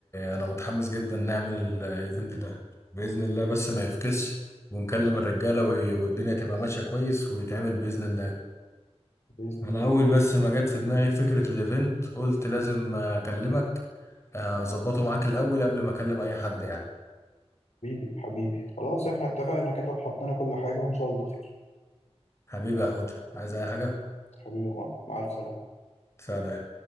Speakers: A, on the left; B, on the left.
A: انا متحمس جدا نعمل الايفنت ده باذن الله بس ما يفكسش ونكلم الرجاله وي- والدنيا تبقى ماشيه كويس ويتعمل باذن الله
B: بإذن
A: انا
B: الله
A: اول بس ما جت في دماغي فكره الايفنت قلت لازم اكلمك آه، اظبطه معاك الاول قبل ما اكلم اي حد يعني
B: حبيبي حبيبي خلاص احنا اتفقنا كده وحطينا كل حاجة وإن شاء الله خير
A: حبيبي يا حوت عايز اي حاجه
B: حبيبي يا معلم مع الف سلامة
A: سلام